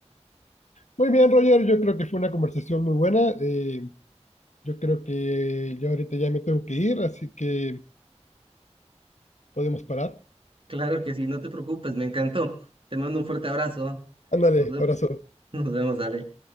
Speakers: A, on the left (about 80°); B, on the right (about 50°).
A: Muy bien, Roger, yo creo que fue una conversación muy buena. eh, yo creo que yo ahorita ya me tengo que ir, así que podemos parar.
B: Claro que sí, no te preocupes, me encantó. Te mando un fuerte abrazo.
A: Ándale,
B: Nos vemos,
A: abrazo.
B: <laughs> nos vemos, dale.